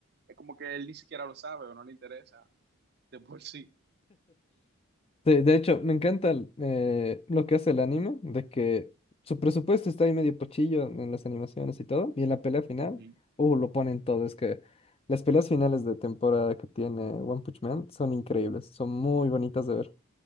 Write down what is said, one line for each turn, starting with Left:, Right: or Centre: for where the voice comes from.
Right: es como que él ni siquiera lo sabe o no le interesa de por sí.
Left: sí, de hecho, me encanta el, eh, lo que hace el anime, de que su presupuesto está ahí medio pochillo en las animaciones y todo, y en la pelea final,
Right: Ujú.
Left: uh, lo ponen todo, es que las peleas finales de temporada que tiene One Punch Man son increíbles, son muy bonitas de ver.